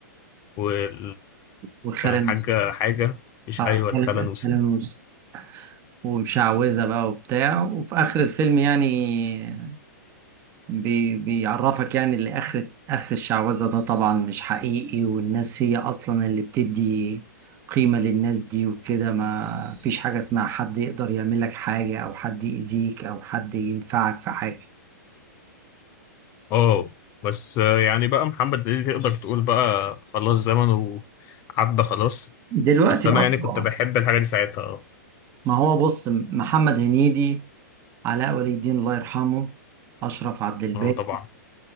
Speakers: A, on the left; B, on the right.
A: وكان
B: والخالة
A: الحاجة
B: المس-
A: حاجة مش
B: اه
A: ايوه
B: الخالة
A: الخالة نوسة
B: الخالة المس- ومشعوذة بقى وبتاع وفي آخر الفيلم يعني بي بيعرفك يعني اللي آخر آخر الشعوذة ده طبعا مش حقيقي والناس هي أصلا اللي بتدي قيمة للناس دي وكده ما فيش حاجة اسمها حد يقدر يعمل لك حاجة أو حد يأذيك أو حد ينفعك في حاجة
A: اه بس آه، يعني بقى محمد هنيدي تقدر تقول بقى خلاص زمنه عدى خلاص
B: دلوقتي
A: بس انا
B: أصلا
A: يعني كنت بحب الحاجة دي ساعتها آه.
B: ما هو بص محمد هنيدي علاء ولي الدين الله يرحمه أشرف عبد الباقي
A: اه طبعا